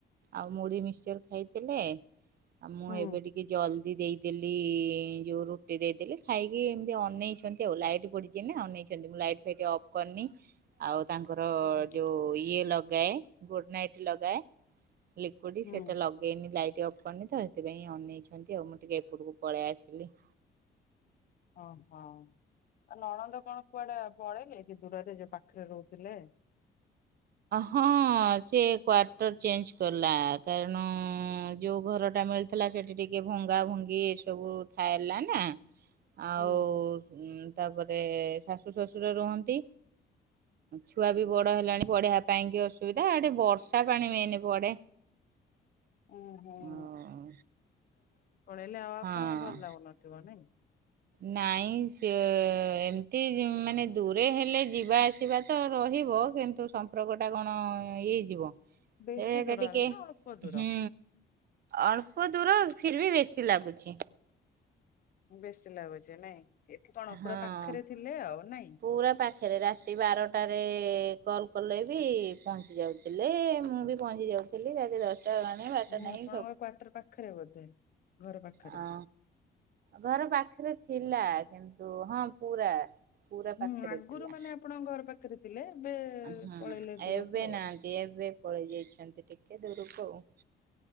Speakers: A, on the right; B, on the left.
A: ଆଉ ମୁଢି ମିକ୍ସଚର ଖାଇଥିଲେ। ଆଉ ମୁଁ
B: ହୁଁ
A: ଏବେ ଟିକେ ଜଲଦି ଦେଇଦେଲି ଯୋଉ ରୁଟ ଟି ଦେଇଦେଲି ଖାଇକି ଏମତି ଅନେଇଛନ୍ତି ଆଉ ଲାଇଟ୍ ପଡିଛି ନା ଅନେଇଛନ୍ତି ମୁଁ ଲାଇଟ ଫାଇଟ୍ ଅଫ୍ କରିନି। ଆଉ ତାଙ୍କର
B: ହୁଁ
A: ଯୋଉ ଇଏ ଲଗାଏ ଗୁଡ ନାଇଟ୍ ଲଗାଏ ଲିକୁଇଟି
B: ହୁଁ
A: ସେଇଟା ଲଗେଇନି ଲାଇଟ କରିନି ତ ସେଥିପାଇଁ ଅନେଇଚନ୍ତି ଆଉ ମୁଁ ଟିକେ ଏପଟକୁ ପଳେଇ ଆସିଲି।
B: ଓ ହୋ। ଆଉ ନଣନ୍ଦ କଣ କୁଆଡେ ପଳେଇଲେ କି ଦୂରରେ ଯୋଉ ପାଖରେ ରହୁଥିଲେ?
A: ହଁ ସେ କ୍ଵାର୍ଟର ଚେଞ୍ଜ କଲା କାରଣ ଯୋଉ ଘରଟା ମିଳିଥିଲା ସେଠି ଟିକେ ଭଙ୍ଗା ଭଙ୍ଗି ଏ ସବୁ ଥାଏଲା ନା? ଆଉ
B: ହୁଁ।
A: ଉଁ, ତାପରେ ଶାଶୁ ଶ୍ୱଶୁର ରୁହନ୍ତି। ଛୁଆ ବି ବଡ ହେଲାଣି। ପଢିବା ପାଇଁ କି ଅସୁବିଧା, ଏଠି ବର୍ଷା ପାଣି ମେନ୍ ପଡେ।
B: ହୁଁ ହୁଁ।
A: ଆଉ
B: ହେଲେ ଆଉ ଆପଣଙ୍କୁ
A: ହଁ
B: ଭଲ ଲାଗୁନଥିବ ନେଇଁ?
A: ନାଇଁ ସେ ଏମତି ଜିଁ ମାନେ ଦୂରେ ହେଲେ ଯିବା ଆସିବା ତ ରହି ଯିବ କିନ୍ତୁ ସମ୍ପର୍କ ଟା କଣ ଇଏ ହେଇଯିବ?
B: ବେଶୀ
A: ସେଟା
B: ଦୂର
A: ଟିକେ
B: ନା ଅଳ୍ପ ଦୂର?
A: ହୁଁ ଅଳ୍ପ ଦୂର ଫିର୍ ଭି ବେଶୀ ଲାଗୁଚି।
B: ବେଶୀ ଲାଗୁଚି ନାଇଁ? ଏଠି କଣ
A: ହଁ।
B: ପୁରା ପାଖରେ ଥିଲେ ଆଉ ନାଇଁ?
A: ପୁରା ପାଖରେ। ରାତି ବାରଟାରେ କଲ୍ କଲେ ବି ପହଞ୍ଚି ଯାଉଥିଲେ। ମୁଁ ପହଞ୍ଚି ଯାଉଥିଲି। ରାତି ହେଲାଣି ବାରଟା
B: ମୁଁ
A: ନାହିଁ
B: ଆପଣଙ୍କ କ୍ଵାର୍ଟର ପାଖରେ ବୋଧେ ଘର ପାଖରେ।
A: ହଁ ଘର ପାଖରେ ଥିଲା। କିନ୍ତୁ ହଁ ପୁରା ପୁରା
B: ହୁଁ
A: ପାଖରେ
B: ଆଗରୁ
A: ଥିଲା।
B: ମାନେ ଆପଣଙ୍କ ଘର ପାଖରେ ଥିଲେ। ଏବେ
A: ହଁ
B: ପଳେଇଲେ ଦୂରକୁ
A: ଏବେ
B: ଆଉ।
A: ନାହାନ୍ତି ଏବେ ପଳେଇ ଯାଇଛନ୍ତି ଟିକ୍ ଦୂରକୁ ଆଉ।